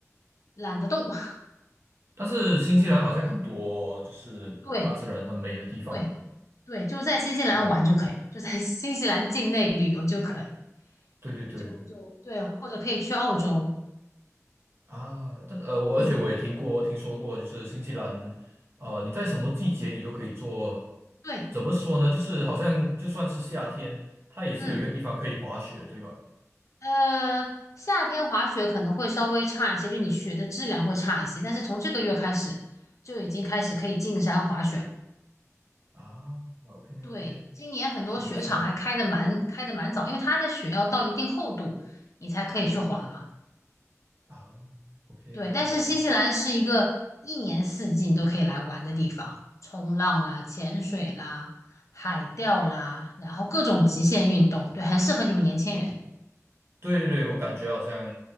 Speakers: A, on the left (about 70°); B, on the right (about 50°).
A: 懒得动。<laughs>
B: 但是新西兰好像很多就是大自然很美的地方嘛，
A: 对对对，就在新西兰玩就可以了，
B: 嗯，
A: 就在新西兰境内旅游就可以。
B: 对对对，
A: 就就对，或者可以去澳洲。
B: 啊，但呃，我而且我也听过、
A: 嗯，
B: 听说过，就是新西兰，呃，你在什么季节你都可以做，
A: 对，
B: 怎么说呢？就是好像就算是夏天，它也是有一个地方可以滑雪，
A: 嗯，
B: 对吧？
A: 呃，夏天滑雪可能会稍微差一些，就你雪的质量会差一些，但是从这个月开始就已经开始可以进山滑雪了。
B: 啊，OK
A: 对，
B: OK，
A: 今年很多雪场还开的蛮开的蛮早，
B: 挺不错的
A: 因为它的雪要到一定厚度，你才可以去滑嘛。
B: 啊，OK
A: 对，
B: OK
A: 但是新西兰是一个一年四季你都可以来玩的地方，
B: OK，
A: 冲浪啦、潜水啦、海钓啦，然后各种极限运动，对，很适合你们年轻人。
B: 对对对，我感觉好像